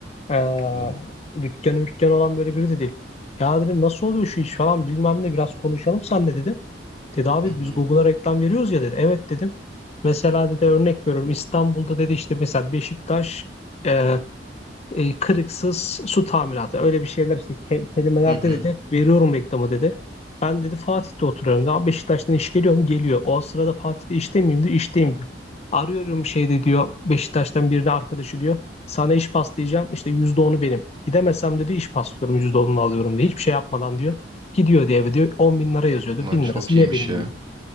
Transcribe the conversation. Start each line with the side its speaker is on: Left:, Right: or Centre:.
Left: Ee,
Right: Ulan
Left: dükkanı mükkanı olan böyle biri de değil. Ya dedim nasıl oluyor şu iş falan bilmem ne biraz konuşalım senle dedim. Dedi abi
Right: hı hı
Left: biz Google'a reklam veriyoruz ya dedi. Evet dedim. Mesela dedi örnek veriyorum İstanbul'da dedi işte mesela Beşiktaş e, e, kırıksız su tamiratı öyle bir şeyler işte ke- kelimelerde
Right: hı hı.
Left: dedi veriyorum reklamı dedi. Ben dedi Fatih'te oturuyorum. Daha Beşiktaş'tan iş geliyor mu? Geliyor. O sırada Fatih'te işte miyim diyor. İşteyim diyor. Arıyorum şeyde diyor Beşiktaş'tan birini arkadaşı diyor. Sana iş paslayacağım işte yüzde onu benim. Gidemezsem dedi iş paslıyorum yüzde onunu alıyorum diyor. Hiçbir şey yapmadan diyor. Gidiyor diye eve diyor 10 bin lira yazıyordu.
Right: Ulan
Left: Bin
Right: çok
Left: lirası yine
Right: iyiymiş
Left: benim
Right: ya.
Left: diyor.